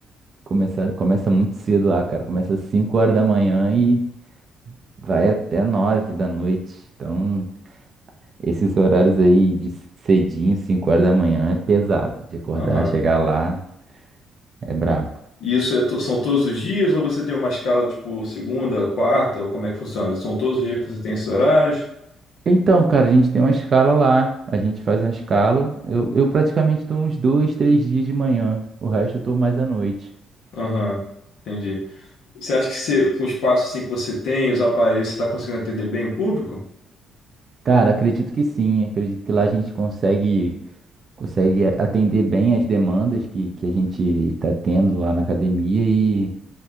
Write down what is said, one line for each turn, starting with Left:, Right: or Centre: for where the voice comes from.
Right: começa, começa muito cedo lá, cara. Começa às 5 horas da manhã e vai até 9 da noite. Então, esses horários aí de cedinho, 5 horas da manhã, é pesado. De acordar,
Left: Aham.
Right: chegar lá, é brabo.
Left: E e isso é to- são todos os dias ou você tem uma escala tipo segunda, quarta, ou como é que funciona? São todos os dias que você tem esses horários?
Right: Então, cara, a gente tem uma escala lá. A gente faz uma escala. Eu, eu praticamente tô uns dois, três dias de manhã. O resto eu tô mais à noite.
Left: Aham, entendi. Você acha que você, com o espaço assim que você tem, os aparelhos, você está conseguindo atender bem o público?
Right: Cara, acredito que sim. Acredito que lá a gente consegue. consegue a- atender bem as demandas que, que a gente está tendo lá na academia e,